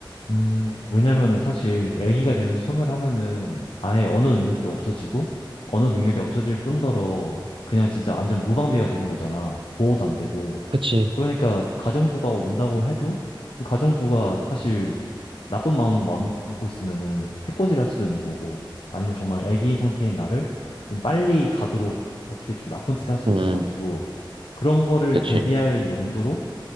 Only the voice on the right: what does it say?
그치.
음,
그치.